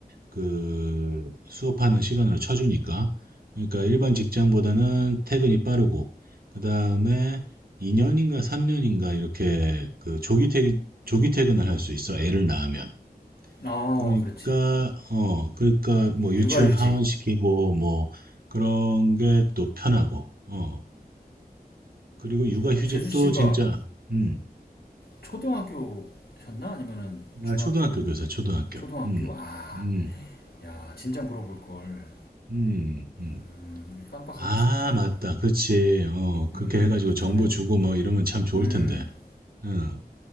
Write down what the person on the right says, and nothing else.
그 수업하는 시간으로 쳐주니까. 그러니까 일반 직장보다는 퇴근이 빠르고, 그 다음에 2년인가 3년인가 이렇게 그 조기 퇴, 조기 퇴근을 할 수 있어. 애를 낳으면.
그러니까,
어, 그러니까 뭐 유치원
하원시키고 뭐 그런 게 또 편하고, 어. 그리고 육아휴직도
진짜, 음,
아, 초등학교 교사, 초등학교.
음,
음,
음, 음.
아,
맞다. 그치. 어, 그렇게
해가지고 정보
주고 뭐 이러면 참 좋을
텐데. 응,